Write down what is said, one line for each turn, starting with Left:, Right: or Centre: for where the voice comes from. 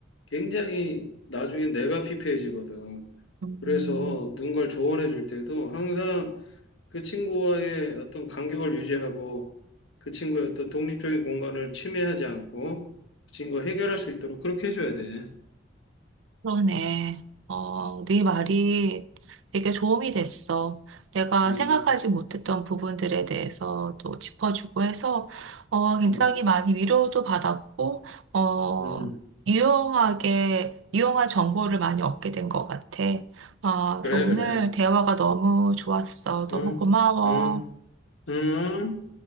Left: 굉장히 나중엔 내가 피폐해지거든.
Right: 음.
Left: 그래서 누군가를 조언해 줄 때도 항상 그 친구와의 어떤 간격을 유지하고 그 친구의 어떤 독립적인 공간을 침해하지 않고 그 친구가 해결할 수 있도록 그렇게 해줘야 돼.
Right: 그러네. 어, 네 말이 되게 도움이 됐어. 내가
Left: 음,
Right: 생각하지 못했던 부분들에 대해서 또 짚어주고 해서 어, 굉장히
Left: 음,
Right: 많이 위로도 받았고 어,
Left: 음.
Right: 유용하게 유용한 정보를 많이 얻게 된 것 같아. 어, 그래서
Left: 그래,
Right: 오늘
Left: 그래.
Right: 대화가 너무 좋았어. 너무
Left: 응,
Right: 고마워.
Left: 응, 응.